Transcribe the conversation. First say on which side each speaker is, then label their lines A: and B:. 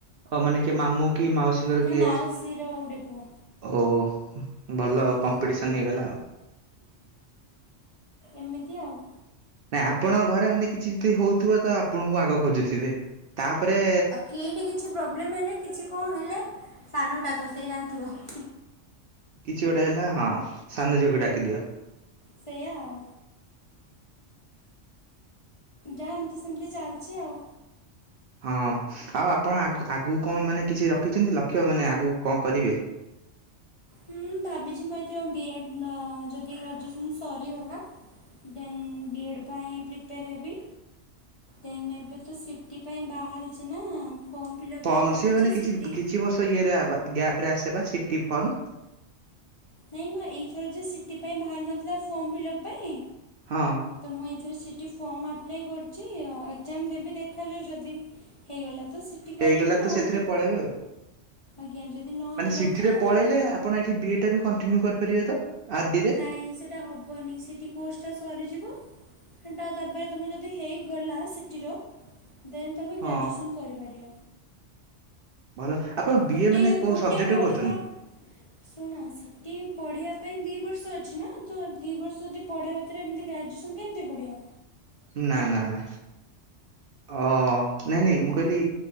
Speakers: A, on the right; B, on the left.
A: ଆଉ ମାନେ କିଏ ମାମୁଁ କି ମାଉସୀଙ୍କର
B: ନା
A: କିଏ?
B: ମାଉସୀର ଗୋଟେ ପୁଅ
A: ଓ ଭଲ
B: ହୁଁ
A: କମ୍ପିଟିସନ ହେଇଗଲା ଆଉ।
B: ଏମିତି ଆଉ।
A: ନାଇଁ ଆପଣଙ୍କ ଘରେ ମାନେ କିଛି ଯମତି ହ--ଉଥିବ ତ ଆପଣଙ୍କୁ ଆଗ ଖୋଜୁଥିବେ, ତାପରେ
B: କେହି ବି କିଛି ପ୍ରୋବେଲଏମ୍ ହେଲେ କିଛି କଣ ହେଲେ ସାନ କୁ ଡାକିବ ସେଇ ଜାଣିଥିବ।
A: କିଛି ଗୋଟେ ହେଲା ହଁ ସାନଝିଅକୁ ଡାକିଦିଅ
B: ସେୟା ଆଉ ଯାହା ଏମିତି ସେମିତି ଚାଲିଛି ଆଉ।
A: ହଁ ଆଉ ଆପଣ ଆଗ ଆଗକୁ କଣ ମାନେ କିଛି ରଖିଛନ୍ତି ଲକ୍ଷ୍ୟ ମାନେ ଆଗକୁ କଣ କରିବେ? <inaudible>
B: ହୁଁ ଭାବିଛି ମୁଁ ଏଥିରେ ବିଏଡ଼୍ ଅ ଯଦି ଗ୍ରାଜୁଏସନ୍ ସରିଗଲା ଦେନ୍ ବିଏଡ଼୍ ପାଇଁ ପ୍ରିପେୟାର୍ ହେବି। ଦେନ୍ ଏବେ ତ ସିଟି ପାଇଁ ବାହାରିଛି ନା ଫର୍ମ ଫିଲ୍ଅପ
A: ଫର୍ମ
B: ମୁଁ କରିଛି
A: ସିଏ ମାନେ କିଛି
B: ସିଟି
A: କିଛି ବର୍ଷ ଇଏରେ ଆ ଗ୍ୟାଫ୍ ରେ ଆସେବା ସିଟି ଫର୍ମ
B: ନାଇଁ ମୁଁ ଏଇଥର ଯେଉ ସିଟି ପାଇଁ ବାହାରୁ ନଥିଲା ଫର୍ମ ଫିଲ୍ଅପ୍ ପାଇଁ
A: ହଁ
B: ତ ମୁଁ ଏଇଥିରେ ସିଟି ଫର୍ମ ଆପ୍ଲାଏ କରିଛି ଅ ଏକ୍ଜାମ ଦେବି ଦେଖାଯାଉ ଯଦି ହେଇଗଲା ତ ସିଟି କରିବି
A: ହେଇଗଲା
B: ନହେଲେ
A: ତ ସେଥିରେ ପଳେଇବେ ଆଉ।
B: ଆଜ୍ଞା ଯଦି ନହେଲା
A: ମାନେ ସିଟିରେ
B: ତ ତାହେଲେ
A: ପଳେଇଲେ ଆପଣ ଏଇଠି ବିଏଟା ବି କଣ୍ଟିନ୍ୟୁ କରିପାରିବେ ତ? ଆର ଡି ରେ?
B: ନାଇଁ ସେଟା ହବନି ସିଟି କୋର୍ସ ଟା ସରିଯିବ ହେଟା ତାପରେ ତମେ ଯଦି ହେଇଗଲା ସିଟିର ଦେନ୍ ତମେ ଗ୍ରାଜୁଏସନ୍
A: ହଁ
B: କରିପାରିବ।
A: ଭଲ ଆପଣ ବିଏ
B: କୁଟି
A: ମାନେ କୋଉ
B: ଗୋଟେ
A: ସବଜେକ୍ଟରେ
B: ପଢିବା।
A: କରୁଛନ୍ତି?
B: ଶୁଣ ସିଟି ପଢିବା ପାଇଁ ଦି ଦୁ ବର୍ଷ ଅଛି ନା ତ ଦି ବର୍ଷ ଯଦି ପଢ଼ା ଭିତରେ ଏମିତି ଗ୍ରାଜୁଏସନ୍ କେମିତି ପଢିବ?
A: ନା ନା ନା ଓ ନାଇଁ ନାଇଁ ମୁଁ କହିଲି